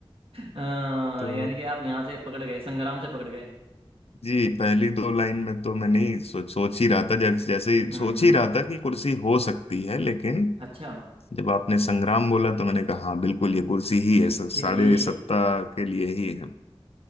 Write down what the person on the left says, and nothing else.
तो
जी पहली दो लाइन में तो मैं नहीं सोच सोच ही रहा था जैसे जैसे ही
सोच
ही रहा था कि कुर्सी हो सकती है लेकिन
जब आपने संग्राम बोला तो मैंने कहा हाँ बिल्कुल ये कुर्सी ही
है स-
साढ़े
सत्ता
के लिए ही है